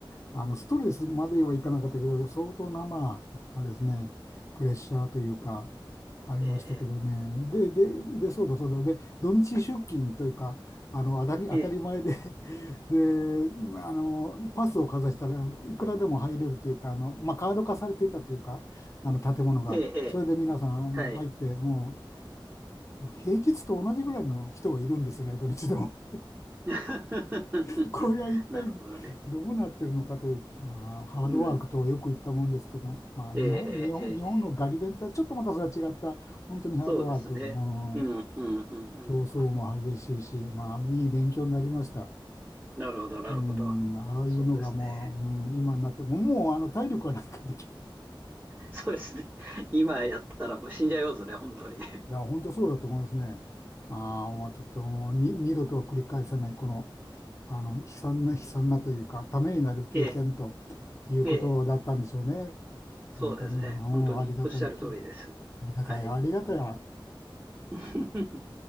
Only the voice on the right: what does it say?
ええ、
ええ、
ええ、ええ、
ええはい。
<laughs>
なるほどね。
うん、
ええ、
ええ、
ええ
そうですね。
うん、
うん、うん、
うん。
なるほど、なるほど。
そうですね。
そうですね。今やったらもう死んじゃいますね、本当に。
<laughs> ええ、
ええ、そうですね。
本当におっしゃる通りです。
はい。
<laughs>